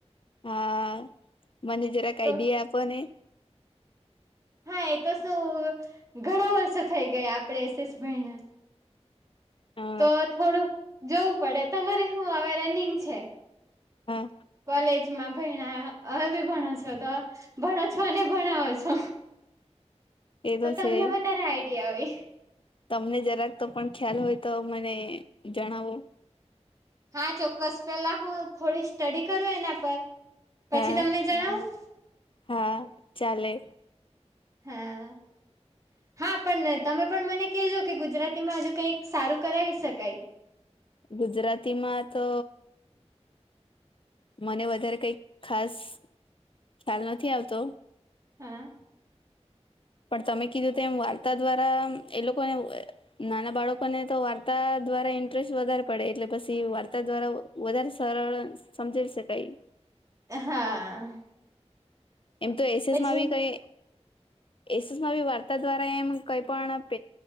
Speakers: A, on the left; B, on the right.
A: હા મને જરાક આઈડિયા
B: તો
A: આપો ને
B: હા એ તો શું ઘણા વર્ષો થઈ ગયા આપડે એસએસ ભાઈના.
A: અ
B: તો થોડુંક જોવું પડે તમારે શું આવે રનિંગ છે.
A: હા
B: કોલેજમાં ભહેણા હવે બી ભણો છો તો ભણો છો અનેને ભણાવો છો.
A: એ તો છે.
B: તમને વધારે આઈડિયા હોય
A: તમને જરાક તો પણ ખ્યાલ હોય તો મને જણાવો
B: હા ચોક્કસ પેલા હું થોડી સ્ટડી કરું એના પર, પછી
A: હા
B: તમને જણાવું.
A: હા ચાલે
B: હા હા પણ તમે પણ મને કહેજો કે ગુજરાતીમાં હજુ કઈક સારું કરાવી શકાય <inaudible>
A: ગુજરાતીમાં તો મને વધારે કઈક ખાસ ખ્યાલ નથી આવતો
B: હા
A: પણ તમે કીધું તો એમ વાર્તા દ્વારા એ લોકોને નાના બાળકોને તો વાર્તા દ્વારા ઇન્ટરેસ્ટ વધારે પડે એટલે પછી વાર્તા દ્વારા વધારે સરળ સમજીાવ શકાય
B: હા
A: એમ તો એસએસ
B: પછી
A: માં બી કઈ? એસસમાં બ વાર્તા દ્વારા એમ કઈ પણ